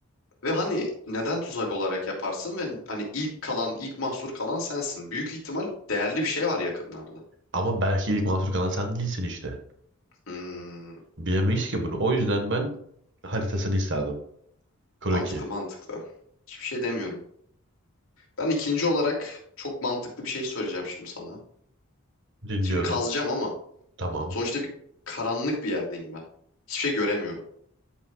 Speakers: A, on the left (about 65°); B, on the right (about 55°).
A: Ve hani neden tuzak olarak yaparsın ve hani ilk kalan, ilk mahsur kalan sensin. Büyük ihtimal değerli bir şey var yakınlarda.
B: Ama belki ilk mahsur kalan sen değilsin işte.
A: Hmm,
B: Bilemeyiz ki bunu. O yüzden ben haritasını isterdim. Kroki.
A: mantıklı mantıklı. Hiçbir şey demiyorum. Ben ikinci olarak çok mantıklı bir şey söyleyeceğim şimdi sana.
B: Dinliyorum.
A: Şimdi kazacağım ama
B: Tamam.
A: sonuçta bir karanlık bir yerdeyim ben. Hiçbir şey göremiyorum.